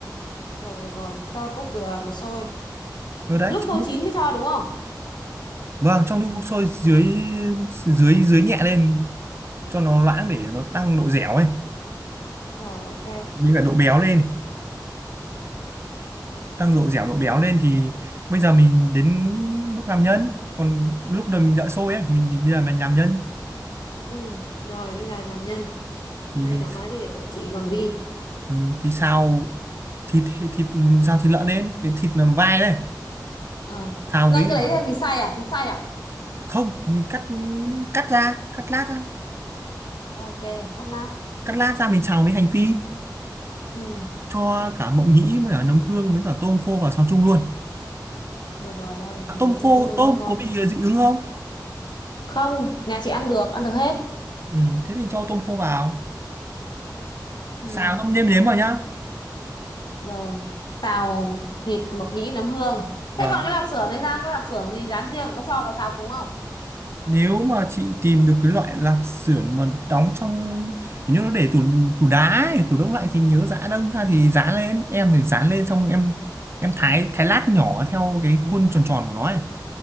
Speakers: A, on the left; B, on the right.
A: rồi được rồi cho cốt dừa vào xôi
B: Rồi đấy,
A: lúc
B: trong
A: xôi
B: lúc
A: chín mới cho đúng không
B: vâng, trong lúc sôi dưới dưới dưới nhẹ lên cho nó loãng để nó tăng độ dẻo ấy,
A: rồi ok
B: với cả độ béo lên, tăng độ dẻo độ béo lên thì bây giờ mình đến bước làm nhân. Còn lúc đầu mình đợi sôi ấy, mình bây giờ mình làm nhân
A: ừ rồi bây giờ làm nhân đây
B: thì mình
A: cậu nói đi để cậu chị còn ghi
B: ừ, thì xào thịt thịt xào thịt lợn lên, cái thịt làm vai đây,
A: ờ
B: xào
A: là
B: với
A: cái
B: cả
A: đấy là mình xay à thịt xay à
B: không, mình cắt cắt ra, cắt lát ra
A: ok cắt lát
B: cắt lát ra mình xào với hành phi
A: ừ
B: cho cả mộng nhĩ với cả nấm hương với cả tôm khô vào xào chung luôn
A: được rồi đây
B: à,
A: mỏng
B: tôm
A: nhĩ
B: khô
A: nấm hương
B: tôm
A: không không
B: có bị ờ, dị ứng không
A: không nhà chị ăn được ăn được hết
B: ừ, thế thì cho tôm khô vào
A: ừ
B: xào xong nêm nếm vào nhá
A: rồi xào thịt mộc nhĩ nấm hương
B: vâng
A: thế còn cái lạp xưởng này ra cái lạp xưởng gì rán riêng có cho vào xào cùng không
B: nếu mà chị tìm được cái loại lạp xưởng mà đóng trong kiểu như nó để tủ tủ đá ấy, tủ đông lạnh thì nhớ giã đông ra thì giã lên em thì dán lên xong em em thái thái lát nhỏ theo cái khuôn tròn tròn của nó ấy